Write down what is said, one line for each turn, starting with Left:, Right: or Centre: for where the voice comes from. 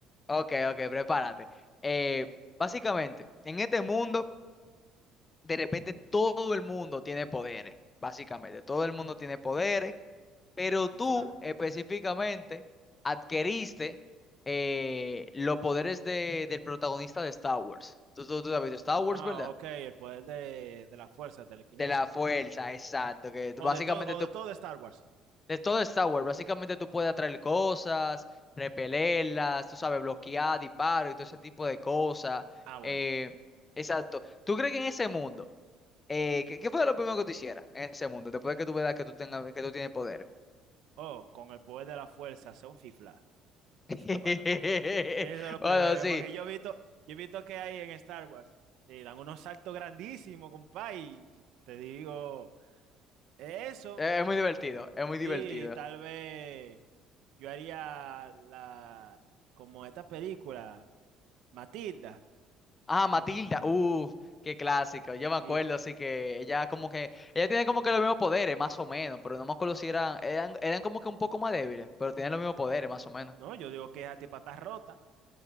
Left: Ok, ok, prepárate. Eh, básicamente, en este mundo, de repente todo el mundo tiene poderes. Básicamente, todo el mundo tiene poderes Pero
Right: pifla.
Left: tú específicamente adquiriste eh, los poderes de- del protagonista de Star Wars. Tú, tú, tú has visto Star Wars,
Right: Ah,
Left: ¿verdad?
Right: ok, el poder de, de la fuerza, telequinesis.
Left: De la fuerza, exacto. Que tú básicamente
Right: O de todo, o
Left: tú,
Right: de todo de Star Wars.
Left: de todo Star Wars, básicamente tú puedes atraer cosas, repelerlas, tú sabes, bloquear, disparos y todo ese tipo de cosas.
Right: Ah, bueno.
Left: Eh, exacto. ¿Tú crees que en ese mundo, eh, ¿qué, qué fue lo primero que tú hicieras en ese mundo? Después de que tú veas que tú tengas, que tú tienes poder.
Right: Oh, con el poder de la fuerza, hace un fifla. Fifla
Left: <laughs>
Right: para atrás. Eso es lo
Left: Bueno,
Right: primero,
Left: sí.
Right: porque yo he visto, yo he visto que hay en Star Wars. eh, dan unos saltos grandísimos, compa, y te digo, eso,
Left: Eh, Es muy divertido, es
Right: sí,
Left: muy divertido.
Right: tal vez yo haría la, como esta película. Matilda.
Left: Ah, Matilda,
Right: Y,
Left: uff, qué clásico. Yo me acuerdo,
Right: y-
Left: así que ella como que, ella tiene como que los mismos poderes, más o menos, pero no me acuerdo si eran, eran, eran como que un poco más débiles, pero tienen los mismos poderes, más o menos.
Right: no, yo digo que es a ti patas rota.